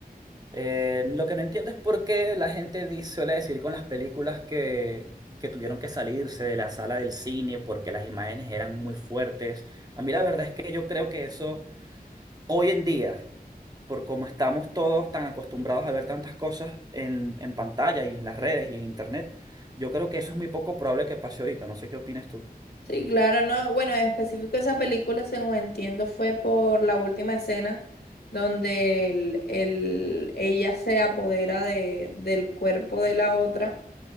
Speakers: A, on the right; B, on the left.
A: eh, lo que no entiendo es por qué la gente dice, suele decir con las películas que, que tuvieron que salirse de la sala del cine porque las imágenes eran muy fuertes. A mí la verdad es que yo creo que eso... Hoy en día, por como estamos todos tan acostumbrados a ver tantas cosas en, en pantalla y en las redes y en internet, yo creo que eso es muy poco probable que pase ahorita. No sé qué opinas tú.
B: Sí, claro, no. Bueno, en específico esa película, según entiendo, fue por la última escena donde el, el- ella se apodera de, del cuerpo de la otra